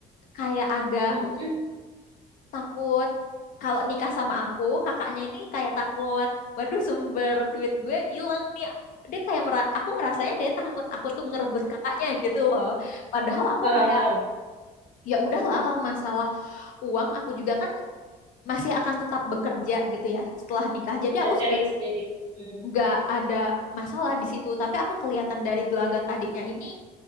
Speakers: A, on the left; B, on the right.
A: kayak agak
B: Hmm. Ya. <laughs>
A: takut kalau nikah sama aku kakaknya ini kayak takut waduh sumber duit gue hilang nih dia kayak mera aku merasanya dia takut aku tuh ngerebut kakaknya gitu loh padahal aku
B: Eh, eh,
A: kayak
B: eh,
A: ya udahlah kalau masalah uang aku juga kan masih akan tetap bekerja gitu ya setelah nikah jadi
B: saya
A: aku
B: cari
A: sebenarnya
B: sendiri. Hmm.
A: nggak ada masalah di situ tapi aku kelihatan dari gelagat adiknya ini